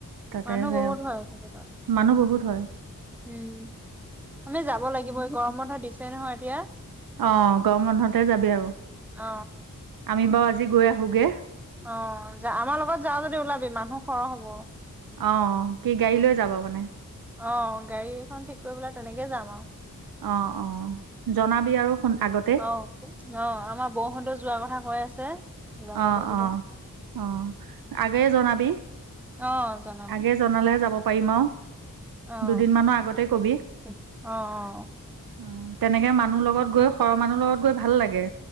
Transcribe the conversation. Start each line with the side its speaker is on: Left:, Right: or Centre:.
Right: তাতে
Centre: মানুহ
Right: সেই
Centre: বহুত ভাল থাকে তাৰ,
Right: মানুহ বহুত হয়
Centre: উম। আমি যাব লাগিব এই গৰম বন্ধ দিছে নহয় এতিয়া।
Right: অ', গৰম বন্ধতে যাবি আৰু,
Centre: অ
Right: আমি বাৰু আজি গৈ আহোগে।
Centre: অ', যা আমাৰ লগত যাওঁ যদি ওলাবি মানুহ সৰহ হ'ব।
Right: অ', কি গাড়ী লৈ যাবা মানে?
Centre: অ', গাড়ীখন ঠিক কৰিবলে তেনেকে যাম আৰু।
Right: অ', -অ', জনাবি আৰু শুন আগতে?
Centre: অ', অ', আমাৰ বৌহতেও যোৱাৰ কথা কৈ আছে। যাব
Right: অহ',
Centre: লাগিব।
Right: -অহ', -অহ ', আগে জনাবি।
Centre: অ', জনাম,
Right: আগে জনালে যাব পাৰিম আৰু।
Centre: অ', - অহ',
Right: দুদিনমানৰ আগতে কবি
Centre: - অ'।
Right: অ', তেনেকে মানুহ লগত গৈ সৰহ মানুহ লগত গৈ ভাল লাগে।